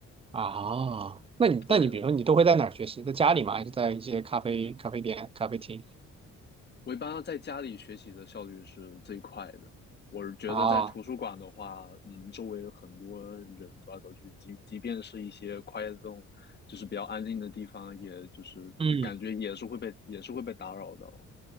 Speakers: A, on the right; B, on the left.
A: 啊。那你那你比如说你都会在哪儿学习？
B: 对，
A: 在家里吗？还是在一些咖啡咖啡店、咖啡厅？
B: 我一般在家里学习的效率是最快的。我是觉得在图书馆的话，
A: 啊，
B: 嗯，周围有很多人走来走去，即即便是一些 quiet zone，就是比较安静的地方，也就是就感觉也是会被也是会被打扰到。
A: 嗯